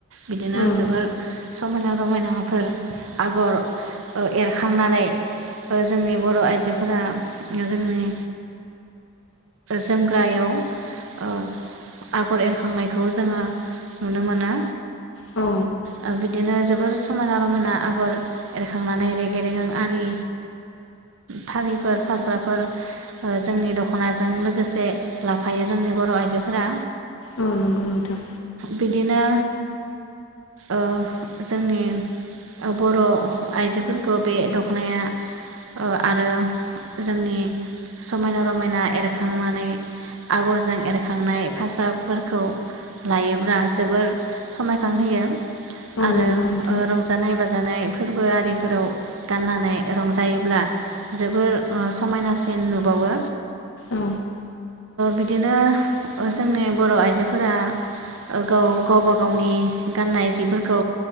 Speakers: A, on the right; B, on the left.
A: बिदिनो
B: ओं
A: जोबोर समायना रमायनाफोर आगर एरखांनानै जोंनि बर' आइजोफोरा जोंनि जोमग्रायाव औ आ। आगर एरखांनायखौ जोङो नुनो मोनो
B: औ।
A: ओ बिदिनो जोबोर समायना रमायना आगर एरखांनानै रेगे रेगें आरि फालिफोर फास्राफोर जोंनि दख'नाजों लोगोसे लाफायो जोंनि बर' आइजोफोरा
B: औ नंगौ नोंथां
A: बिदिनो ओ। जोंनि बर' आइजोफोरखौ बे दख'नाया आरो जोंनि समायना रमायना एरखांनानै आगरजों एरखांनाय फारसाफोरखौ लायोब्ला जोबोर समायखांहोयो।
B: औ
A: आरो
B: नंगौ नोंथां
A: रंजानाय बाजानाय फोरबो आरिफोराव गाननानै रंजायोब्ला जोबोर समायनासिन नुबावो
B: औ
A: बिदिनो जोंनि बर' आइजोफोरा गाव गावबा गावनि गाननाय जिफोरखौ खौ